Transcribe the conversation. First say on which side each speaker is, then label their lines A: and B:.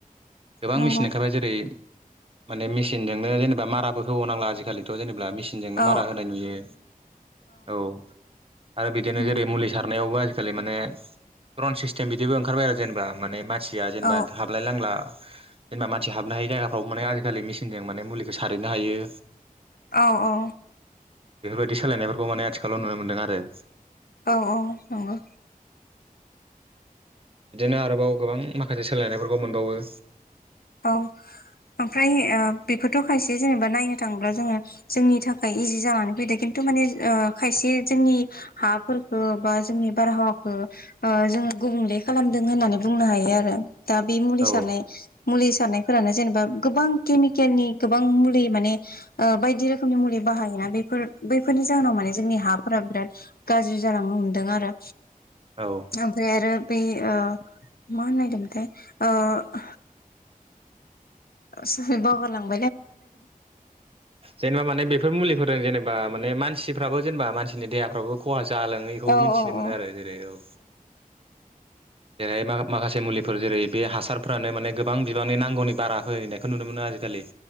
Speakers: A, on the right; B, on the left.
A: गोबां
B: नंगौ
A: मेचिन ओंखारबाय जेरै माने मेसिनजोंनो जेनेबा माराबो होबाव नांला आजिखालिथ' जेनेबा होनब्ला मेसिनजोंनो
B: औ
A: मारा होनाय नुयो। औ आरो बिदिनो
B: औ
A: जेरै मुलि सारनायावबो। आजिखालि माने द्रन सिस्टेम बिदिबो ओंखारबाय आरो जेनेबा माने मानसिया जेनेबा
B: औ
A: हाबलाय नांला। जेनेबा मानसि हाबनो हायै जायगाफ्रावबो माने आजिखालि मेसिनजों माने मुलिखौ सारहैनो हायो।
B: औ औ।
A: बेफोरबायदि सोलायनायफोरखौ माने आथिखालाव नुनो मोन्दों आरो।
B: औ औ नंगौ।
A: बिदिनो आरोबाव गोबां माखासे सोलायनायफोरखौ मोनबावो।
B: औ। ओमफ्राय बेफोरथ' खायसे जेनेबा नायनो थाङोब्ला जोङो जोंनि थाखाय इजि जानानै फैदो खिन्थु। माने खायसे जोंनि हाफोरखौ बा जोंनि बारहावाखौ जों गुबुंले खालामदों होननानै बुंनो हायो आरो दा बे मुलि
A: औ
B: सारनाय। मुलि सारनायफोरानो जेनेबा गोबां केमिकेलनि गोबां मुलि माने बायदि रोखोमनि मुलि। बाहायोना बेफोर बैफोरनि जाहोनाव माने जोंनि हाफोरा बिराद गाज्रि जालांनो हमदों आरो।
A: औ
B: ओमफ्राय आरो बे मा होननोनायदोंमोनथाइ। सरि बागाललांदों।
A: जेनेबा माने बे बेफोर मुलिफोर जेनेबा माने मानसिफ्राब जेनबा मानसिनि देहाफ्राबो खहा जाया। जालाोङैखौबो
B: औ
A: मिथिनो
B: औ औ
A: मोनो आरो जेरै औ।
B: <inaudible>
A: जेरैहाय माखासे मुलिफोर जेरै बे हासारफोरानो माने गोबां बिबांनि नांगौनि बारा होनायखौ नुनो मोनो आजिखालि लि